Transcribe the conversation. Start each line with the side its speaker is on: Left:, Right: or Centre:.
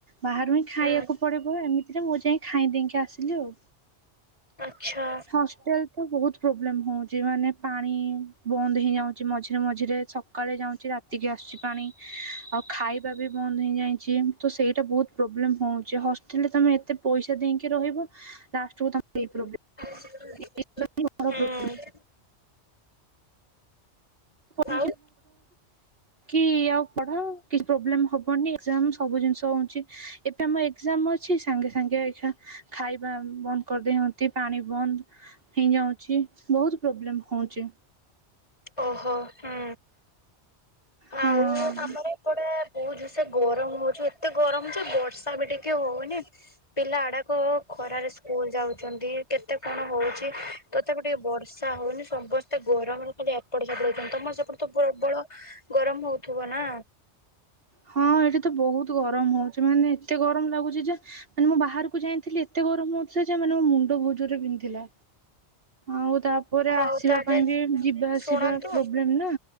Right: ବାହାରୁ ହିଁ ଖାଇବାକୁ
Left: ହୁଁ।
Right: ପଡିବ ଏମିତିରେ ମୁଁ ଯାଇ ଖାଇଁ ଦେଇେକି ଆସିଲି ଆଉ।
Left: ଆଛା
Right: ହଷ୍ଟେଲ ତ ବହୁତ ପ୍ରୋବ୍ଲେମ ହଉଛି। ମାନେ ପାଣି ବନ୍ଦ ହୋଇଯାଉଛି। ମଝିରେ ମଝିରେ ସକାଳେ ଯାଉଛି ରାତିକି ଆସୁଛି ପାଣି ଆଉ ଖାଇବା ବି ବନ୍ଦ ହୋଇଯାଇଚି। ତ ସେଇଟା ବହୁତ ପ୍ରୋବ୍ଲେମ ହଉଛି ହଷ୍ଟେଲରେ ତମେ ଏତେ ପଇସା ଦେଇକି ରହିବ। ଲାଷ୍ଟ କୁ ତମେ ଏ ପ୍ରୋବ୍ଳେମ
Left: <unintelligible>
Right: <inaudible>
Left: ହୁଁ
Right: <inaudible>
Left: ଆଉ
Right: କି ଆଉ ପଢ କିଛି ପ୍ରୋବ୍ଲେମ ହବନି। ଏ ଗ୍ଜାମ୍ ସବୁ ଜିନିଷ ହଉଛି। ଏବେ ଆମ ଏଗ୍‌ଜାମ୍ମ ଅଛି। ସାଙ୍ଗେ ସାଙ୍ଗେ ଏଇା ଖାଇବା ବନ୍ଦ କରିଦେଇନ୍ତି। ଏ ପାଣି ବନ୍ଦ ହେଇଯାଇଛି। ବହୁତ ପ୍ରୋବ୍ଲେମ୍ ହେଉଛି।
Left: ଓହୋ ହୁଁ।
Right: ହଁ।
Left: ଆଉ ଆମର ଏପଟେ ବହୁତ ଜ୍ରଷେ ଗରମ ହଉଛୁ ଏତେ ଗରମ ହଉଛି ବର୍ଷା ବି ଟିକେ। ହଉନି ପିଲା ଆଡାକ ଖରାରେ। ସ୍କୁଲ ଯାଉଛନ୍ତି କେତେ କ'ଣ ହଉଛି ତଥାପି ଟିକେ ବର୍ଷା। ହଉନି ସମସ୍ତେ ଗରମରେ ଖାଲି ଏପଡ ସାପଡ଼ ହଉଛନ୍ତି ତମର ସେପଟ ତ ପ୍ରବଳ। ଗରମ ହଉଥିବ ନା।
Right: ହଁ ଏଇଠି ତ ବହୁତ ଗରମ ହଉଛି ମାନେ ଏତେ ଗରମ ଲାଗୁଛି ଯେ। ମାନେ ମୁଁ ବାହାରକୁ ଯାଇଥିଲି ଏତେ। ମୁଣ୍ଡ ବହୁତ ଜରେ ବିନ୍ଧିଲା ଆଉ ତା। ପରେ
Left: ହଉ
Right: ଆସିବା
Left: ତାହେଲେ
Right: ପାଇଁ ବି ଯିବା ଆସିବା
Left: ଶୁଣନ୍ତୁ
Right: ପ୍ରୋବ୍ଲେମ୍ ନା